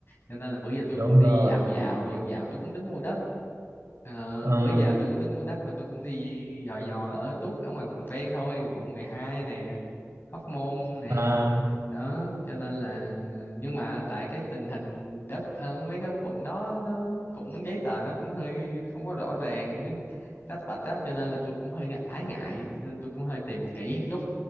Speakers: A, on the left (about 45°); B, on the right (about 60°).
A: cho nên là bữa giờ tôi
B: đúng
A: cũng đi
B: rồi.
A: dạo dạo dạo dạo tôi cũng đến mua đất Ờ,
B: Ừ.
A: bữa giờ tôi cũng tính mua đất mà tôi cũng đi dò dò ở tuốt ở ngoài vùng ven thôi quận 12 nè Hóc Môn nè
B: À,
A: đó cho nên là ờ, nhưng mà tại cái tình hình đất ở mấy cái quận đó nó cũng giấy tờ nó cũng hơi không có rõ ràng rách bạch á cho nên là tôi cũng hơi ngại- ái ngại cho nên tôi cũng hơi tìm kỹ một chút